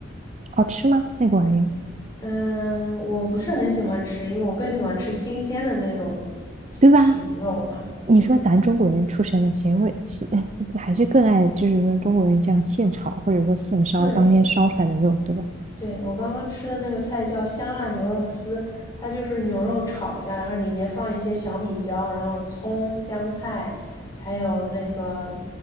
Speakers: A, on the right; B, on the left.
A: 好吃吗？那个玩意儿，
B: 嗯，我不是很喜欢吃，因为我更喜欢吃新鲜的那种禽禽肉嘛，
A: 对吧？你说咱中国人出身的，
B: 对吧？
A: 谁会是还是更爱就是说中国人这样现炒或者说现烧当天烧出来的肉，
B: 对。
A: 对吧？
B: 对，我刚刚吃的那个菜叫香辣牛肉丝，它就是牛肉炒一下，然后里面放一些小米椒，然后葱、香菜，还有那个